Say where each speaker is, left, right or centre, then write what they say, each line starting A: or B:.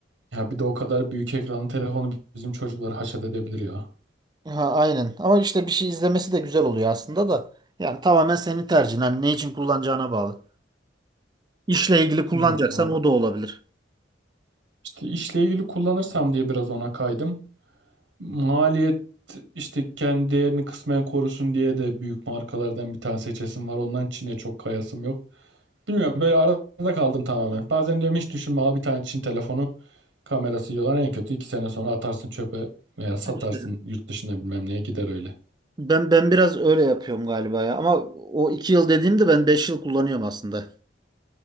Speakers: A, on the right (about 85°); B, on the right (about 20°).
A: ya bir de o kadar büyük ekranlı telefonu bizim çocukları haşat edebilir ya.
B: Ha, aynen. Ama işte bir şey izlemesi de güzel oluyor aslında da. Yani tamamen senin tercihin. Hani ne için kullanacağına bağlı. İşle ilgili kullanacaksan
A: Bilmiyorum abi.
B: o da olabilir.
A: İşte işle ilgili kullanırsam diye biraz ona kaydım. Maliyet işte kendi değerini kısmen korusun diye de büyük markalardan bir tane seçesim var. Ondan Çin'e çok kayasım yok. Bilmiyorum böyle arada kaldım tamamen. Bazen diyorum hiç düşünme al bir tane Çin telefonu kamerası yiyorlar. En kötü iki sene sonra atarsın çöpe veya satarsın
B: İşte.
A: yurt dışına bilmem neye gider öyle.
B: Ben ben biraz öyle yapıyorum galiba ya. Ama o iki yıl dediğimde ben beş yıl kullanıyorum aslında.